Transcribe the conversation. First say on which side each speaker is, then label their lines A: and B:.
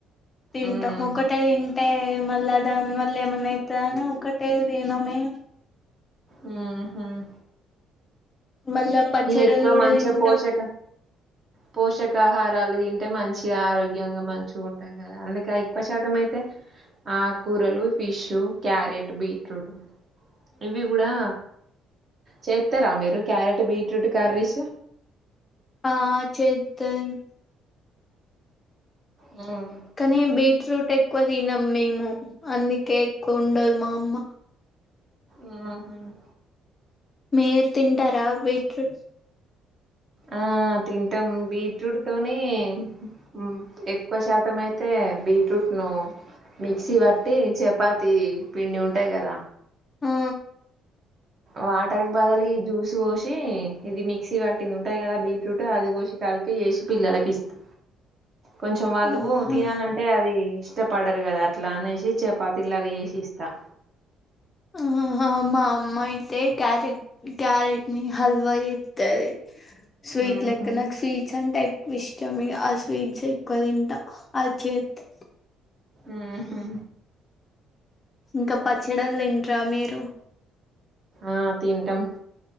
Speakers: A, on the left; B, on the right.
A: తింటా
B: ఉమ్
A: ఒకటే తి అంటే మళ్ళా దాని వల్ల ఏమన్నాయితాది అని ఒకటే తినం మే
B: ఉమ్ హ్మ్
A: మళ్ళా పచ్చడలు
B: ఈ ఎక్కువ
A: కూడా
B: మంచిగా
A: తింటాం
B: పోషక పోషకాహారాలు తింటే మంచిగా ఆరోగ్యంగా మంచి కొంటాం కదా అందుకే ఎక్కువ శాతం అయితే ఆకూరలు ఫిషూ క్యారెట్ బీట్రూట్ ఇవి కూడా చేత్తరా మీరు క్యారెట్ బీట్ బీట్రూట్ కర్రీస్
A: ఆ చేద్దన్
B: ఉమ్
A: కానీ బీట్రూట్ ఎక్కువ, తినం మేము అందుకే ఎక్కువ వండదు మా అమ్మ
B: ఉమ్ హ్మ్
A: మీరు తింటార బీట్రూట్
B: ఆ తింటాం, బీట్రూట్ తోని ఉమ్ ఎక్కువ శాతం అయితే, బీట్రూట్ ను మిక్సీ పట్టి చపాతి పిండి ఉంటాయి కదా
A: ఆ
B: వాటర్కి బాదలు ఈ జ్యూస్ పోసి ఇది మిక్సీ పట్టింది ఉంటాది, కదా బీట్రూట్ అది పోసి కలిపి చేసి పిల్లలకి ఇస్తా కొంచెం వాళ్లు
A: ఆహా
B: తినాలంటే అది ఇష్టపడరు కదా అట్లా అనేసి చపాతిలాగా చేసి ఇస్తా
A: ఆహా మా అమ్మ అయితే, క్యారెట్ క్యారెట్ ని హల్వా చేత్తది. స్వీట్
B: మ్మ్హ్
A: లెక్క నాకు స్వీట్స్ అంటే, ఎక్కువ ఇష్టం ఆ స్వీట్స్ ఎ క్కువతింటా అది చేత్తే
B: ఉ హు
A: ఇంకా పచ్చడల్ తింటారా మీరు
B: ఆ తింటాం